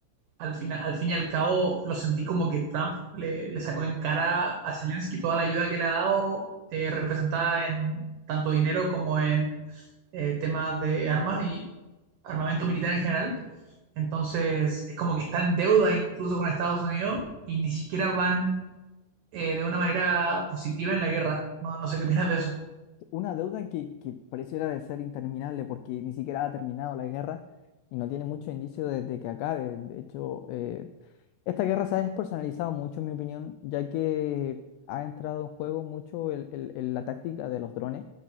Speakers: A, on the right (about 70°); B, on the left (about 85°).
A: al final, al fin y al cabo, lo sentí como que Trump le, le sacó en cara a Zelensky toda la ayuda que le ha dado, eh, representada en tanto dinero como en eh, temas de armas y armamento militar en general. Entonces, es como que está en deuda incluso con Estados Unidos y ni siquiera van eh, de una manera positiva en la guerra. No, no sé qué opinas de eso.
B: Una deuda que, que pareciera de ser interminable porque ni siquiera ha terminado la guerra y no tiene mucho indicio de, de que acabe. De hecho, eh, esta guerra se ha despersonalizado mucho, en mi opinión, ya que ha entrado en juego mucho el- el- el- la táctica de los drones.